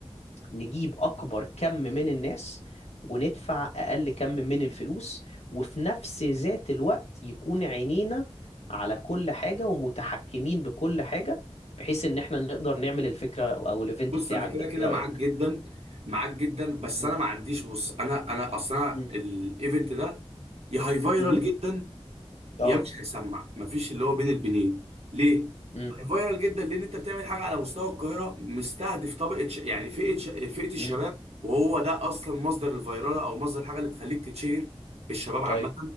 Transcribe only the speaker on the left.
نجيب أكبر كم من الناس وندفع أقل كم من الفلوس وفي نفس ذات الوقت يكون عينينا على كل حاجة ومتحكمين بكل حاجة بحيث إن إحنا نقدر نعمل الفكرة أو الإيفنت
بتاعك
ده
إيه رأيك؟
مم.
مم.
مم.
اه
مم.
مم.
ايوه